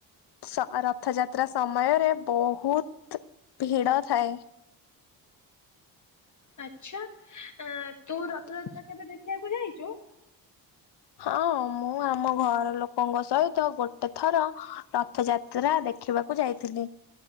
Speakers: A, on the left; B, on the left.
A: ସ୍ ରଥଯାତ୍ରା ସମୟରେ ବହୁତ ଭିଡ଼ ଥାଏ।
B: ଆଚ୍ଛା ତୁ ରଥଯାତ୍ରା କେବେ ଦେଖିବାକୁ ଯାଇଚୁ?
A: ହଁ ମୁଁ ଆମ ଘର ଲୋକଙ୍କ ସହିତ ଗୋଟେ ଥର ର ରଥଯାତ୍ରା ଦେଖିବାକୁ ଯାଇଥିଲି।